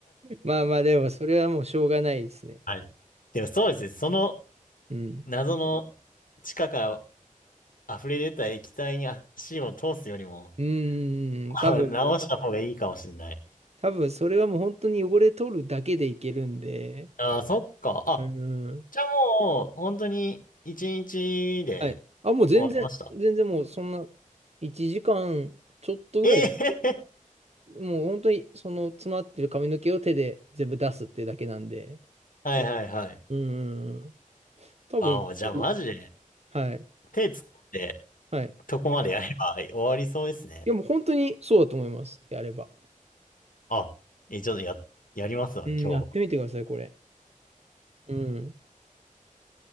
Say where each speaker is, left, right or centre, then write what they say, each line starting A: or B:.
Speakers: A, on the right; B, on the left.
A: まあまあでも、それはもうしょうがないですね。
B: はい。でもそうですね。その
A: うん。
B: 謎の地下から溢れ出た液体に足を通すよりも、
A: うーん、
B: <laughs>
A: 多分、
B: あ直した方がいいかもしれない。
A: 多分それはもう本当に汚れ取るだけでいけるんで。
B: ああ、そっか。あ、
A: うん。
B: じゃあもう、本当に一日で
A: はい。あ、もう全然、
B: 終わりました。
A: 全然もうそんな、1時間ちょっとぐらい、
B: ええ
A: もう本当にその詰まってる髪の毛を手で全部出すっていうだけなんで、
B: <laughs> はいはいはい。
A: うん、多分すぐ、
B: あ、もうじゃあマジで
A: はい、
B: 手突っ込んで、
A: はい。
B: とこまでやれば終わりそうですね。
A: いや、もう本当にそうだと思います、やれば。
B: あ、え、ちょっとや、やりますわ、
A: うん、
B: 今日。
A: やってみてください、これ。うん。